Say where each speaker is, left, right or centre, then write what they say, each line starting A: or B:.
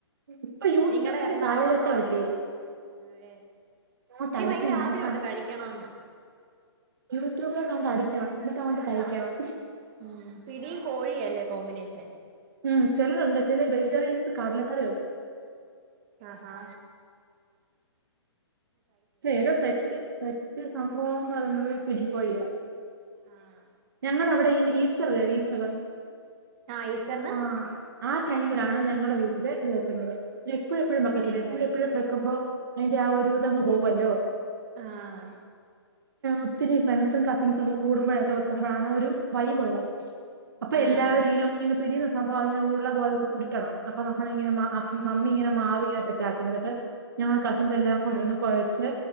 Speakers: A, on the right; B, on the right.
A: ഇപ്പൊ യൂട്യൂബിന്റെ
B: നിങ്ങടെ എറണാകുളം
A: കാലഘട്ടമല്ലേ.
B: കോട്ടെ അതെ
A: അങ്ങോട്ട്
B: എനിക്ക്
A: അടിച്ച്
B: ഭയങ്കര
A: നോക്കണം
B: ആഗ്രഹംണ്ട് കഴിക്കണന്ന്.
A: യൂട്യൂബിലൊക്കെുകൊണ്ട് അടിക്കണം എന്നന്നിട്ടതൊണ്ട് കഴിക്കണം.
B: ഉം പിടിയും കോഴിയ അല്ലേ കോമ്പിനേഷൻ.
A: ഉം ചിലരുണ്ട് ചില വെജിറ്ററിയൻസ് കാടലക്കറി വെക്കും.
B: ആഹഹാ.
A: ശേ സെത്യ സെത്യ സംഭവംന്ന് നമ്മള് പിടിക്കയുക.
B: ആഹ
A: ഞങ്ങളുടെ അവിടെ ഈ ഈസ്റ്റർ ഈസ്റ്ററ്
B: ആഹ ഈസ്റ്റർന്നു
A: ആ ആ ടൈമിലാണ് ഞങ്ങളടെ വീട്ടില് ഇത് വെക്കുന്നത് എപ്പോഴെപ്പോഴും വെക്കത്തല്ല
B: പിടിയും
A: എപ്പോഴ
B: കോഴിയും
A: എപ്പോഴും വെക്കുമ്പോ അതിന്റെ ആ ഒരു ഇതങ്ങ് പോവല്ലോ....
B: ആഹ
A: ഒത്തിരി ഫ്രണ്ട്സും കസിൻസും ഒക്കെ കൂടുമ്പോഴൊക്കെ വെക്കുമ്പോഴാണ് ഒരു വൈബ്ള്ളത് അപ്പൊ
B: ആഹ്
A: എല്ലാവരും ഇങ്ങനെ ഇങ്ങനെ പിടി. സംഭവം അങ്ങനെ ഉരുള പോലെ ഉരുട്ടണം അപ്പ നമ്മളിങ്ങനെമ്മി ഇങ്ങനെ മാവി ഇങ്ങനെ സെറ്റ് ആക്കും എന്നിട്ട്. ഞങ്ങള കസിൻസ് എല്ലാം കൂടെന്ന് കുഴച്ച്